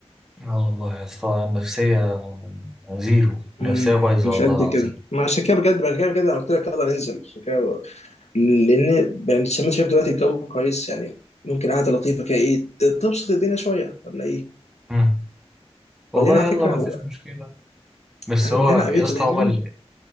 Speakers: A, in the centre; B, on the left.
A: اه والله يا اسطى النفسية زيرو النفسية
B: امم
A: بايظة
B: مش
A: والله
B: قد
A: العظيم
B: كده ما عشان كده بجد عشان كده بجد أنا قلت لك يلا ننزل عشان كده لان يعني زي ما انت شايف دلوقتي الجو كويس يعني ممكن قعده لطيفه كده ايه ت- تبسط الدنيا شويه ولا ايه
A: مم. والله
B: وبعدين على
A: يلا
B: فكره
A: ما
B: هو
A: فيش مشكلة بس
B: انا
A: هو
B: من اللي انا قريته
A: يا اسطى
B: دايما
A: هو ال...